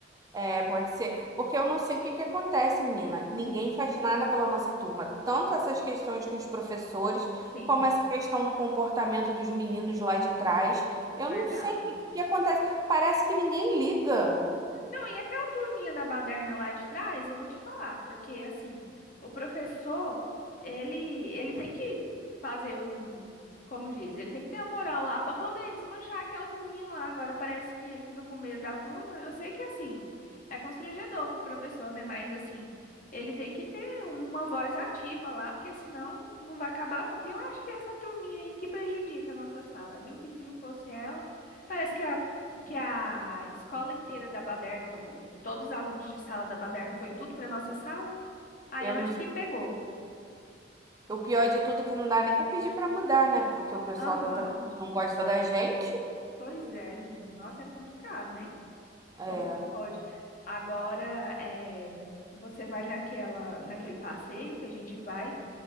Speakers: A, on the right; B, on the left.
A: É, pode ser. Porque eu não sei o que que acontece, menina. Ninguém
B: Hum,
A: faz nada pela nossa turma. Tanto essas questões com os professores,
B: Sim,
A: como essa questão do comportamento dos meninos lá de trás. Eu
B: verdade.
A: não sei o que que acontece. Parece que ninguém liga.
B: Não, e aquela turminha da baderna lá de trás, eu vou te falar, porque assim, o professor, ele, ele tem que fazer um, como diz, ele tem que ter a moral lá para poder desmanchar aquela turminha lá. Agora parece que ele fica com medo da turma. Eu sei que assim, é constrangedor pro professor, né? Mas assim, ele tem que ter uma voz ativa lá, porque senão não vai acabar nunca. E eu acho que é essa turminha aí que prejudica a nossa sala, viu? Que se não fosse ela, parece que a que a escola inteira da Baderno, todos os alunos de sala da Baderno, foi tudo para nossa sala. Aí
A: Eu
B: é onde
A: não
B: que pegou.
A: O pior de tudo é que não dá nem pra pedir pra mudar, né? Porque o pessoal
B: Aham,
A: da outra turma não gosta da gente.
B: pois é, menina. Nossa, é complicado, né?
A: É,
B: Como que pode? Agora, é, você vai naquela, naquele passeio que a gente vai